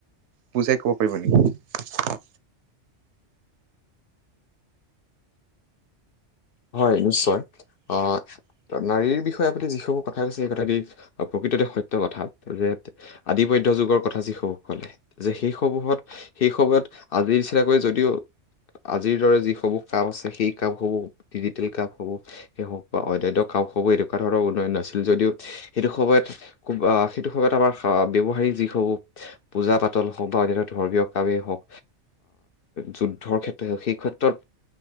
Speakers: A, on the right; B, on the left.
A: বুজাই ক'ব পাৰিব নেকি?
B: হয় নিশ্চয়। আ নাৰীৰ বিষয়ে আপুনি যিসমূহ কথা কৈছে সেইটো কথা প্ৰকৃততে সত্য কথা। যে আদি-মধ্যযুগৰ কথা যিসমূহ ক'লে যে সেইসমূহত, সেইসময়ত আজিৰ নিচিনাকৈ যদিও, আজিৰ দৰে যিসমূহ কাম আছে সেই কামসমূহ ডিজিটেল কামসমূহ <unintelligible> বা অন্যান্য কাম হ'ব এনেকুৱা ধৰণৰ উন্নয়ন নাছিল যদিও, সেইটো সময়ত খুব সেইটো সময়ত আমাৰ ব্যৱহাৰিক যিসমূহ পূজা-পাতল হওক বা অন্যান্য ধৰ্মীয় কামেই হওক, যুদ্ধৰ ক্ষেত্ৰই হওক, সেইক্ষেত্ৰত